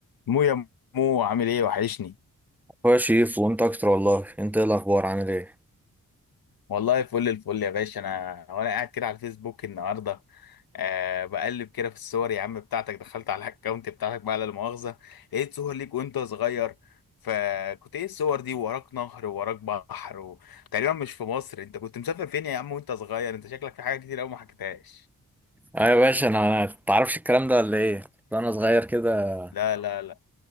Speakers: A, on the left; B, in the centre.
A: مو يا مو عامل ايه وحشني
B: هو يا شريف وانت اكتر والله انت ايه الاخبار عامل ايه
A: والله فل الفل يا باشا انا وانا قاعد كده على الفيسبوك النهارده أه بقلب كده في الصور يا عم بتاعتك دخلت على الاكونت بتاعتك بقى لا مؤاخذه لقيت صور ليك وانت صغير فكنت ايه الصور دي وراك نهر وراك بحر وتقريبا مش في مصر انت كنت مسافر فين يا عم وانت صغير انت شكلك في حاجه كتير قوي ما حكيتهاش
B: ايوه يا باشا انا انا تعرفش الكلام ده ولا ايه وانا صغير كده
A: لا لا لا